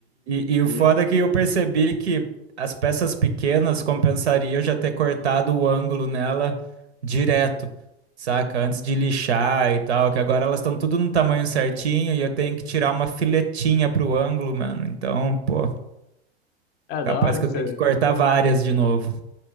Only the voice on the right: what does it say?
e, e- e o foda é que eu percebi que as peças pequenas compensaria eu já ter cortado o ângulo nela direto, saca? Antes de lixar e tal, que agora elas estão tudo no tamanho certinho e eu tenho que tirar uma filetinha pro ângulo, mano. Então, pô,
capaz
que
eu
tenho que cortar várias de novo.